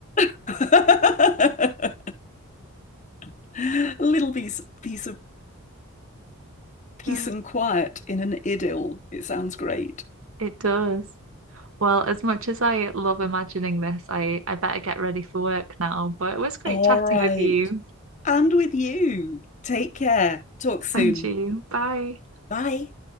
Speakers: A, on the left; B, on the right.
A: <laughs> <laughs> A little piece piece of peace
B: Yeah,
A: and quiet in an idyll. It sounds great.
B: it does. Well, as much as I love imagining this, I, I better get ready for work now. But it was great
A: All
B: chatting
A: right.
B: with you
A: And with you. Take care. Talk soon.
B: and you. Bye.
A: Bye.